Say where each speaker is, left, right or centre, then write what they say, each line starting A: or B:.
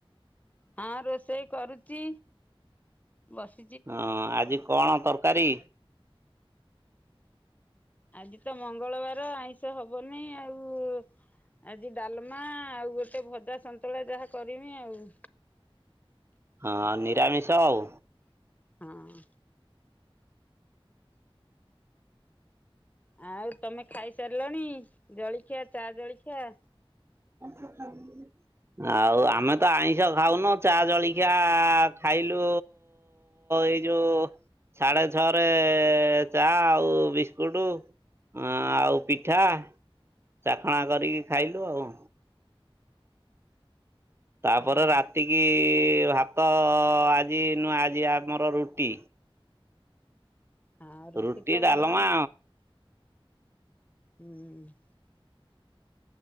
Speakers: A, on the left; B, on the right.
A: ହଁ ରୋଷେଇ କରୁଚି ବସ୍
B: ଆଁ ଆଜି କଣ ତରକାରୀ?
A: ଆଜି ତ ମଙ୍ଗଳବାର ଆଇଁଷ ହବ ନାଇଁ ଆଉ। ଆଜି ଡାଲମା ଆଉ ଗୋଟେ ଭଜା ସନ୍ତୁଳା ଯାହା କରିମି ଆଉ।
B: ହଁ ନିରାମିଷ ଆଉ।
A: ହଁ। ଆଉ ତମେ ଖାଇସାରିଲଣି ଜଳିଖିଆ ଚା ଜଳିଖିଆ।
B: <inaudible> ଆଉ ଆମେ ତ ଆଇଁଷ ଖାଉନୁ ଚା ଜଳିଖିଆ ଖାଇଲୁ ଏଇ ଯୋଉ ସାଡେ ଛଅରେ ଚା ଆଉ ବିସ୍କୁଟୁ। ଅଁ ଆଉ ପିଠା। ଚାଖଣା କରିକି ଖାଇଲୁ ଆଉ। ତାପରେ
A: ହଉ
B: ରାତିକି ଭାତ ଆଜି ନୁଅଁ ଆଜି ଆମର ରୁଟି।
A: ହଁ
B: ରୁଟି
A: ତ
B: ଡାଲମା।
A: ଭଲ ହୁଁ।